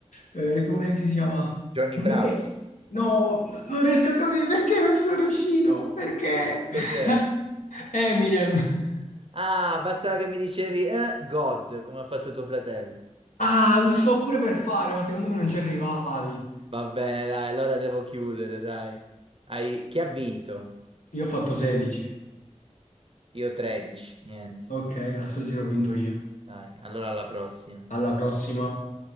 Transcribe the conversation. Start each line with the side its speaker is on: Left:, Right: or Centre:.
Left: eh, come si chiama?
Right: Johnny
Left: Non
Right: Bravo,
Left: mi- eh, no, n- non riesco a capire perché non ci sono riuscito, perché?
Right: cos'era?
Left: <laughs> Eminem.
Right: Ah, bastava che mi dicevi eh, God, come ha fatto tuo fratello.
Left: Ah, lo sto pure per fare, ma secondo me non ci arrivavi.
Right: Va bene, dai, allora devo chiudere, dai. Hai- Chi ha vinto?
Left: Io ho fatto 16.
Right: Io 13, niente.
Left: Ok, a sto giro ho vinto io.
Right: Dai, allora alla prossima.
Left: Alla prossima.